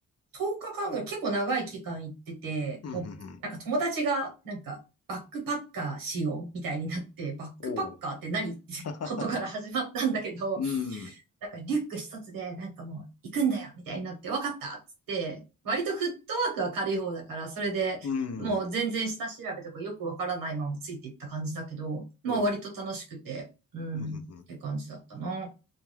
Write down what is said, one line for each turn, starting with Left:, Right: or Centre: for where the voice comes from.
Right: 10日間ぐらい結構長い期間行ってて、
Left: うん、
Right: もう、
Left: うん、うん。
Right: なんか友達が、なんか、バックパッカーしようみたいになって、バックパッカーって何ってことから始まったんだけど、
Left: おう。<laughs> うん、
Right: なんかリュック一つで、なんかもう行くんだよみたいになって、わかったっつって、割とフットワークは軽い方だから、それでもう全然下調べとかよくわからないままついていった感じだけど、
Left: うん。
Right: まあ割と楽しくて、
Left: おう。
Right: うん、
Left: うん、うん、
Right: って感じだったな。
Left: うん。